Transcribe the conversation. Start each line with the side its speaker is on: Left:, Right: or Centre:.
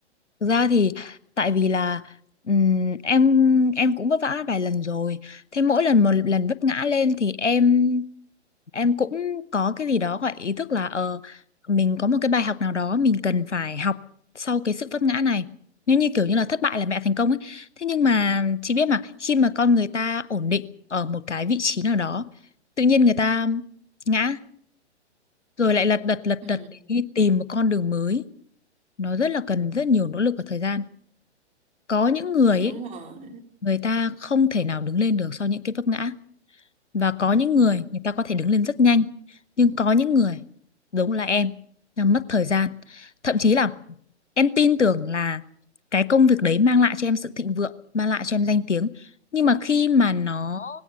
Left: Thực ra thì tại vì là ừm, em em cũng vấp vã vài lần rồi. Thế mỗi lần một lần vấp ngã lên thì em em cũng có cái gì đó gọi ý thức là ờ mình có một cái bài học nào đó mình cần phải học sau cái sự vấp ngã này. Nếu như kiểu như là thất bại là mẹ thành công ấy. Thế nhưng mà chị biết mà khi mà con người ta ổn định ở một cái vị trí nào đó, tự nhiên người ta ngã rồi lại lật đật lật
Right: Ừ.
Left: đật để đi tìm một con đường mới. Nó rất là cần rất nhiều nỗ lực và thời gian có những người ấy,
Right: đúng rồi
Left: người ta không thể nào đứng lên được sau những cái vấp ngã và có những người người ta có thể đứng lên rất nhanh nhưng có những người giống là em là mất thời gian thậm chí là em tin tưởng là cái công việc đấy mang lại cho em sự thịnh vượng mang lại cho em danh tiếng nhưng mà khi mà nó